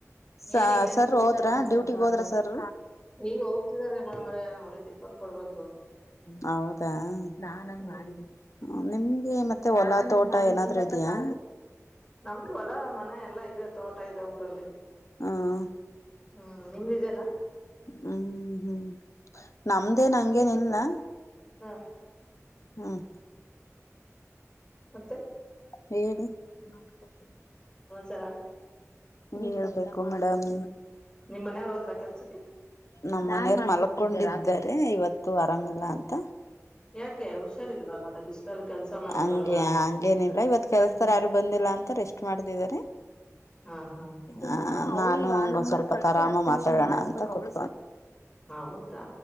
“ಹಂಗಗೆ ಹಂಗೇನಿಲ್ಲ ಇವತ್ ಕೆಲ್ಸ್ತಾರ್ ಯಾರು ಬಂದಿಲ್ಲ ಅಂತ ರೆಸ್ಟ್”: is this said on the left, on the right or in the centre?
Left